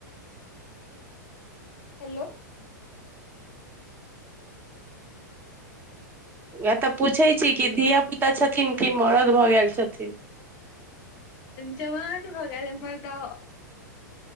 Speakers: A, on the left; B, on the right.
A: हेलो
B: वाह त पूछै छी कि धिया पुता छथिन कि मरद भऽ गेल छथिन
A: जवान भऽ गेल बड़का